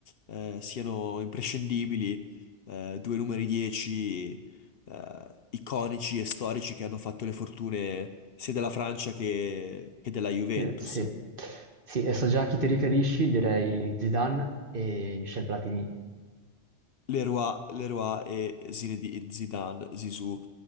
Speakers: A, on the left; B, on the right.
A: eh, siano imprescindibili, eh, due numeri 10 eh, iconici e storici che hanno fatto le fortune sia della Francia che che della Juventus.
B: Eh, Sì, sì, e so già a chi ti riferisci, direi Zidane e Michel Platini.
A: Leroy, Leroy e Zinedi- Zidane, Zizou.